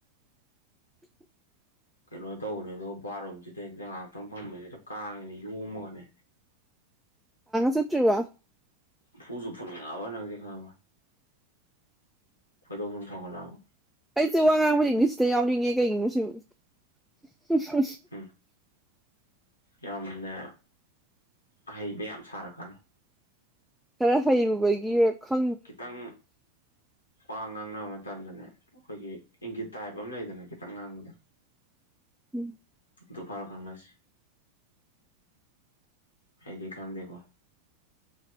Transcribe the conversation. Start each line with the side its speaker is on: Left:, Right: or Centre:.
Centre: <inaudible>
Left: ꯀꯩꯅꯣ ꯇꯧꯔꯦ ꯑꯗꯣ ꯕꯥꯔꯣꯝꯁꯤꯗ ꯍꯛꯇ ꯉꯥꯏꯍꯥꯛꯇꯪ ꯐꯝꯕꯁꯤꯗ ꯀꯥꯡꯉꯤꯅ ꯌꯣꯝꯃꯒꯅꯦ
Centre: ꯉꯆꯠꯇ꯭ꯔꯤꯕ
Left: ꯐꯨꯁꯨ ꯐꯨꯅꯤꯡ ꯉꯥ ꯕ ꯅ ꯍꯧꯖꯤ ꯈꯕ ꯀꯣꯏꯗꯧ ꯁꯨꯝꯝ ꯁꯥꯑꯣꯒꯠꯂꯥꯕ
Centre: ꯑꯩꯁꯦ ꯋꯥ ꯉꯥꯡꯕꯗ ꯏꯪꯂꯤꯁꯇ ꯌꯥꯎꯅꯤꯡꯉꯦ ꯀꯩꯒꯤꯅꯣ ꯁꯤꯕꯨ ꯍ
Left: ꯎꯝ ꯌꯥꯝꯅ ꯑꯍꯩꯕ ꯌꯥꯝ ꯁꯥꯔꯛꯀꯅꯤ
Centre: ꯈꯔ ꯍꯩꯔꯨꯕꯒꯤ ꯀꯩꯒꯤꯅꯣ ꯁꯤꯕꯨ
Left: ꯈꯤꯇꯪ ꯋꯥ ꯉꯥꯡꯅꯕ ꯃꯇꯝꯗꯅꯦ ꯑꯩꯈꯣꯏꯒꯤ ꯏꯪꯒꯤꯠ ꯇꯥꯏꯞ ꯑꯃ ꯂꯩꯗꯅ ꯈꯤꯇꯪ ꯉꯥꯡꯕꯗ
Centre: ꯎꯝ
Left: ꯗꯗꯨ ꯐꯔ ꯈꯥꯟꯒꯁꯤ ꯑꯩꯗꯤ ꯈꯥꯟꯗꯦꯀꯣ